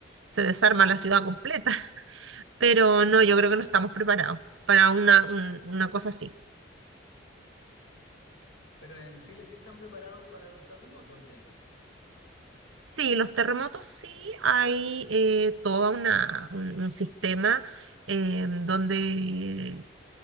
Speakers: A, on the right; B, on the left.
A: se desarma la ciudad completa. <laughs> Pero no, yo creo que no estamos preparados para una, un- una cosa así.
B: Pero en Chile sí están preparados para los terremotos, entiendo.
A: Sí, los terremotos sí, hay eh, toda una, un, un sistema eh, donde,